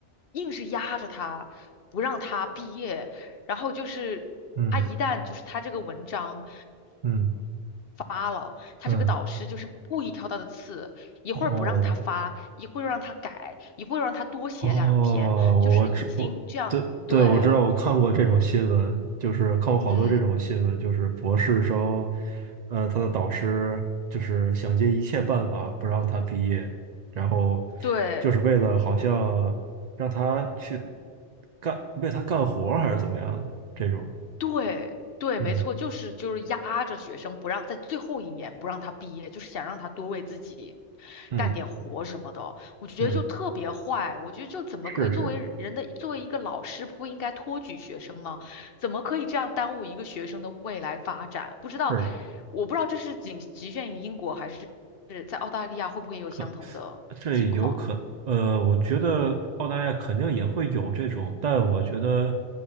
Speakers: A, on the left; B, on the right.
A: 硬是压着他，不让他毕业，然后就是他一旦就是他这个文章，
B: 嗯嗯
A: 哦，他这个导师就是故意挑他的刺，
B: 嗯，
A: 一会儿不让他发，
B: 哦，
A: 一会儿又让他改，一会儿又让他多写两篇，
B: 哦，我我知我对对，
A: 就是已经这样，对，
B: 我知道，我看过这种新闻，就是看过好多这种新闻，
A: 嗯，
B: 就是博士生，呃，他的导师就是想尽一切办法不让他毕业，然后
A: 对。
B: 就是为了好像让他去干，为他干活儿还是怎么样的这种，
A: 对对，
B: 嗯
A: 没错，就是就是压着学生不让在最后一年不让他毕业，就是想让他多为自己
B: 嗯
A: 干点活什么的。我觉得就特别坏，
B: 嗯，
A: 我觉得就怎么可以作为人的作为一个老师不应该托举学生吗？
B: 是是
A: 怎么可以这样耽误一个学生的未来发展？不知道，
B: 是。
A: 我不知道这是仅局限于英国还是是在澳大利亚会不会有相同的情况？
B: 可。对，有可，呃，我觉得澳大利亚肯定也会有这种，但我觉得